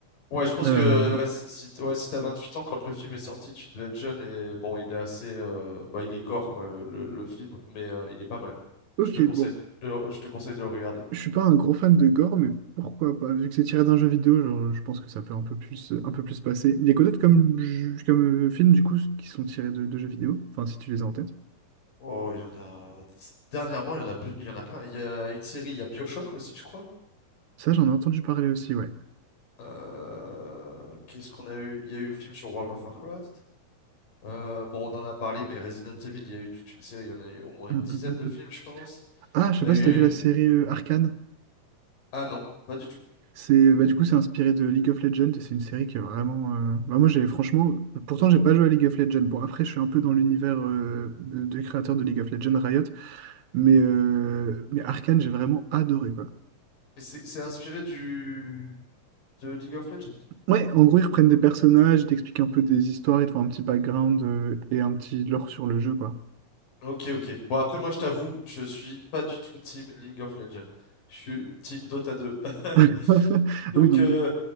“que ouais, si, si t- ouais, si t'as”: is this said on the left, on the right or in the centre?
Left